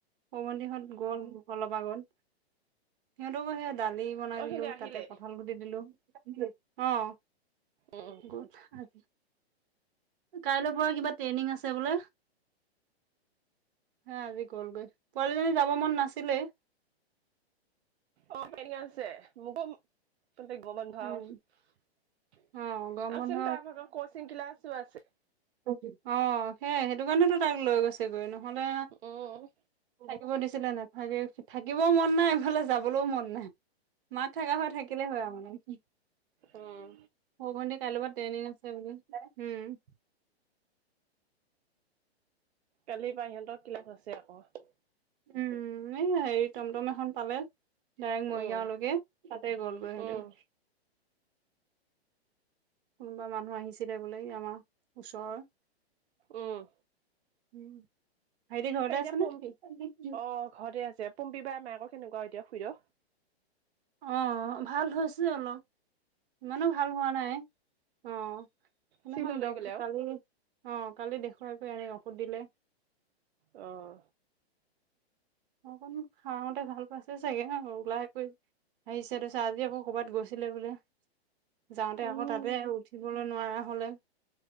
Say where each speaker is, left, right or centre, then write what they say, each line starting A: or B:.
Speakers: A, on the right; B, on the right.
A: সৰু ভন্তিহঁত গ'ল অলপ আগত। সিহঁতকো সেয়া দালি বনাই
B: অ
A: দিলোঁ,
B: সিহঁতে আহিলে
A: তাতে কঠাল গুটি দিলোঁ। অঁ
B: উম
A: ঘত্‌হাল কাইলৈৰ পৰা কিবা ট্ৰেইনিং আছে বোলে? হে আজি গ'লগৈ। পোৱালিজনী যাব মন নাছিলেই।
B: অ, ট্ৰেনিং আছে। মোকো ও তাতে গৰমবন্ধ
A: উম
B: আও। আওছোন
A: অ', গৰম বন্ধ
B: তা ভাগৰ কচিং ক্লাছও আছে।
A: অঁ সে--সেইটো কাৰণেটো তাক লৈ গৈছেগৈ ন'? নহ'লে
B: উম।
A: থাকিব দিছিলে, নাথাকে। থাকিবও মন নাই, এইফালে যাবলো মন নাই। মাক থকা হ'য়, থাকিলে হ'য় আও মানে। সৰু
B: উম।
A: ভণ্টি কাইলৈ পৰা ট্ৰেনিং আছে বোলে? উম।
B: কালিপা সিহঁতৰ ক্লাছ আছে আক'।
A: উম, এই এ হেৰি, টমটম এখন পালে। ডাইৰেক্ট মৰিগাঁওলৈকে,
B: উম।
A: তাতে গ'লগৈ সিহঁতেও।
B: উম,
A: কোনোবা মানুহ আহিছিলে বোলে। এই আমাৰ ওচৰই।
B: উম।
A: উম, ভাইটি ঘৰতে
B: এই এতিয়া
A: আছে
B: পম
A: নে কি?
B: অ' ঘৰতে আছে। পম্পী বা মায়েক কেনেকুৱা এতিয়া খুইদৌ?
A: অঁ, ভাল হৈছে অলপ, ইমানো ভাল হোৱা নাই। অঁ, সেইদিনাখন
B: চিভিলত লৈ
A: ডক্টক
B: গ'লে আৰু?
A: কালি, অঁ কালি দেখ্‌ খাই কৰি আনি ঔষধ দিলে।
B: অঁ
A: আকৌনো, খাওঁতে ভাল পাইছে চাগে ন'? লাহেকৈ আহিছে, তাৰপিছত আজি আকৌ কৰ'বাত গৈছিলে বোলে, যাওঁতে
B: উম,
A: আকৌ তাতে উঠিবলৈ নোৱাৰে। আ-হলে,